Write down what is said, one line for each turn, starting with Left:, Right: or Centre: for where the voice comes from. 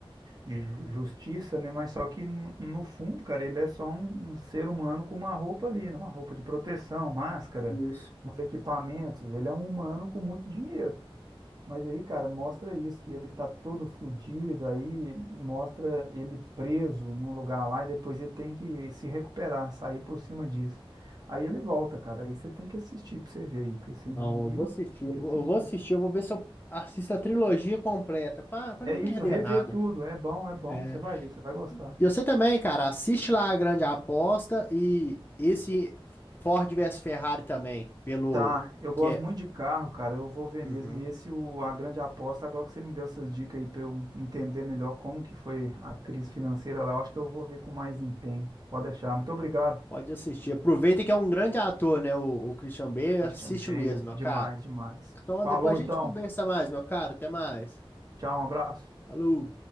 Right: de ju- justiça, né? Mas só que no no fundo, cara, ele é só um, um ser humano com uma roupa ali, né? Uma roupa de proteção, máscara,
Left: isso.
Right: uns equipamentos. Ele é um humano com muito dinheiro. Mas aí, cara, mostra isso, que ele tá todo fudido, aí mostra ele preso num lugar lá e depois ele tem que se recuperar, sair por cima disso. Aí ele volta, cara. Aí você tem que assistir pra você ver aí, porque você
Left: Não,
Right: ainda não viu,
Left: eu vou assistir,
Right: tem
Left: eu
Right: que
Left: vou
Right: assistir.
Left: eu vou assistir, eu vou ver se eu assisto a trilogia completa, para
Right: É
Left: não
Right: isso,
Left: perder
Right: rever
Left: nada.
Right: tudo. É bom, é bom.
Left: É.
Right: Você vai ver, você vai gostar.
Left: E você também, cara, assiste lá a Grande Aposta e esse Ford vs Ferrari também, pelo
Right: Tá, eu gosto
Left: que é.
Right: muito de carro, cara. Eu vou ver
Left: Uhum.
Right: mesmo. E esse, o, a grande aposta, agora que você me deu essas dicas aí pra eu entender melhor como que foi a crise financeira lá, eu acho que eu vou ver com mais empenho. Pode
Left: Então,
Right: deixar. Muito obrigado,
Left: pode assistir. Aproveita que é um grande ator, né? O, o Christian Bale,
Right: Christian
Left: assiste
Right: Bale.
Left: mesmo, meu
Right: Demais,
Left: cara.
Right: demais.
Left: Então
Right: Falou
Left: depois
Right: então.
Left: a gente conversa mais, meu cara. Até mais.
Right: Tchau, um abraço.
Left: Falou.